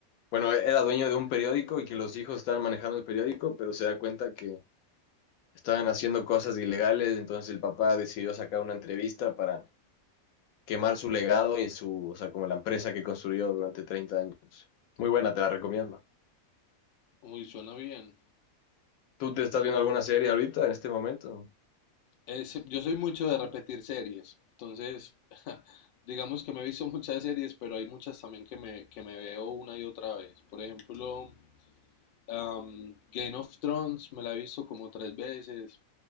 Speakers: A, on the left (about 80°); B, on the left (about 55°).
A: Bueno, era dueño de un periódico y que los hijos estaban manejando el periódico, pero se da cuenta que estaban haciendo cosas ilegales, entonces el papá decidió sacar una entrevista para quemar su legado y su, o sea, como la empresa que construyó durante 30 años. Muy buena, te la recomiendo.
B: Uy, suena bien.
A: ¿Tú te estás viendo alguna serie ahorita en este momento?
B: Es- yo soy mucho de repetir series. Entonces, <laughs> digamos que me he visto muchas series, pero hay muchas también que me, que me veo una y otra vez. Por ejemplo, Am, Game of Thrones me la he visto como tres veces.